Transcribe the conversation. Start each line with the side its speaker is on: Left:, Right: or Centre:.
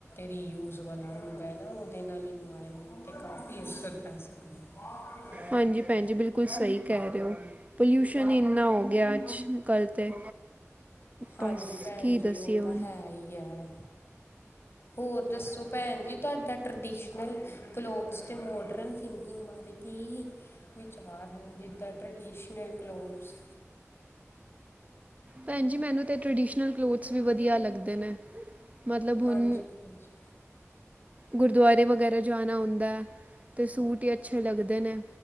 Left: ਰੀ ਯੂਊਜ਼ ਵਾਲਾ। ਹੁੰਦਾ ਏ ਨਾ ਉਦੇ ਨਾਲ ਇਨਵਾਇਰਮੈਂਟ ਤੇ ਕਾਫੀ ਅਸਰ ਪੈ ਸਕਦਾ ਹੈ।
Right: ਹਾਂਜੀ, ਭੈਣ ਜੀ ਬਿਲਕੁਲ ਸਈ ਕਹਿ ਰਹੇ ਹੋ ਪੋਲਿਊਸ਼ਨ ਹੀ ਇੰਨਾ ਹੋ ਗਿਆ ਅੱਜ-ਕੱਲ ਤੇ।
Left: ਹਾਂਜੀ,
Right: ਬਸ
Left: ਭੈਣ
Right: ਕੀ
Left: ਜੀ
Right: ਦੱਸੀਏ
Left: ਓ
Right: ਹੁਣ
Left: ਤਾਂ ਹੈ ਹੀ ਹੈ। ਹੋਰ ਦੱਸੋ ਭੈਣ ਜੀ ਤੁਹਾਡਾ ਟਰਡੀਸ਼ਨਲ ਕਲੋਥਸ ਤੇ ਮੋਡਰਨ ਥਿੰਕ ਕਿੰਗ ਬਾਰੇ ਕਿ ਵਿਚਾਰ ਨੇ ਜਿੱਦਾਂ ਟਰਡੀਸ਼ਨਲ ਕਲੋਥਸ।
Right: ਭੈਣ ਜੀ, ਮੈਨੂੰ ਤੇ ਟਰਡੀਸ਼ਨਲ ਕਲੋਥਸ ਵੀ ਵਧੀਆ ਲੱਗਦੇ ਨੇ ਮਤਲਬ ਹੁਨ
Left: ਹਾਂਜੀ ਭੈਣ ਜੀ
Right: ਗੁਰਦੁਆਰੇ ਵਗੈਰਾ ਜਾਨਾ ਹੁੰਦਾ ਤੇ ਸੂਟ ਹੀ ਅੱਛੇ ਲੱਗਦੇ ਨੇ।